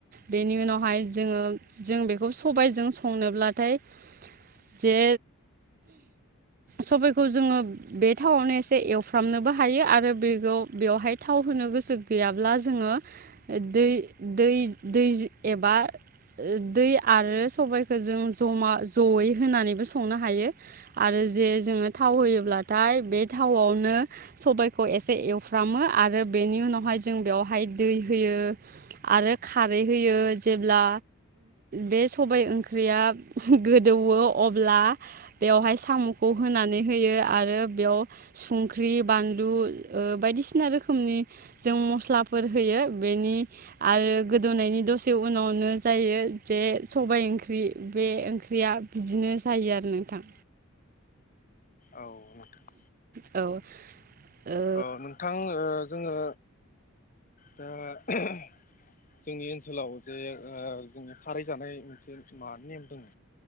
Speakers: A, on the right (about 40°); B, on the left (about 40°).
A: बेनि उनावहाय जोङो जों बेखौ सबायजों संनोब्लाथाय जे सबबायखौ जोङो बे थावावनो एवफ्रामनोबो हायो आरो बेखौ बेवहाय थाव होनो गोसो गैयाब्ला जोङो दै एबा दै आरो सबायखौ जों जमा जयै होनानैबो संनो हायो आरो जे जोङो थाव होयोब्लाथाय बे थावआवनो सबायखौ एसे एवफ्रामो आरो बेनि उनावहाय जों बेवहाय दै होयो आरो खारै होयो जेब्ला बे सबाय ओंख्रिया गोदौयो अब्ला बेवहाय साम'खौ होनानै होयो आरो बेयाव संख्रि बानलु बायदिसिना रोखोमनि जों मस्लाफोर होयो बेनि आरो गोदौनायनि दसे उनावनो जायो जे सबायाइ ओंख्रि बे ओंख्रिया बिदिनो जायो आरो नोंथां
B: औ <inaudible>
A: औ ओ
B: औ नोंथां जोङो दा जोंनि ओनसोलाव जे जोंनि खारै जानाय मोनसे मानि नेम दङ